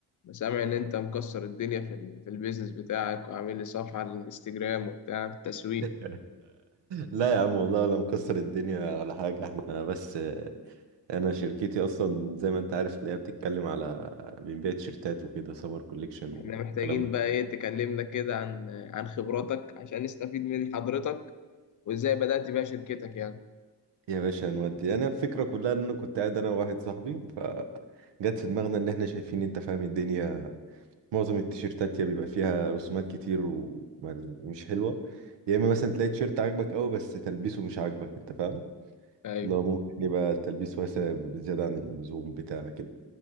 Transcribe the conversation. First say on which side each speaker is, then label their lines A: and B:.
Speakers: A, on the left; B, on the right.
A: أنا سامع ان انت مكسر الدنيا في ال- في البيزنس بتاعك وعامل لي صفحة على الانستجرام وبتاع في التسويق
B: <laughs> لا يا عم والله ولا مكسر الدنيا ولا حاجة احنا بس آه، انا شركتي اصلا زي ما انت عارف اللي هي بتتكلم على بنبيع تيشيرتات وكده سمر كوليكشن
A: احنا
B: والكلام
A: محتاجين
B: ده
A: بقى ايه تكلمنا كده عن عن خبراتك عشان نستفيد من حضرتك وازاي بدأت بيها شركتك يعني
B: يا باشا نودي انا الفكرة كلها ان انا كنت قاعد انا وواحد صاحبي فجت في دماغنا ان احنا شايفين انت فاهم الدنيا معظم التيشيرتات يا بيبقى فيها رسومات كتير ومش حلوة يا اما مثلا تلاقي تيشيرت عاجبك قوي بس تلبيسه مش عاجبك انت فاهم
A: ايوه
B: لا ممكن يبقى التلبيس واسع زيادة عن اللزوم بتاع كده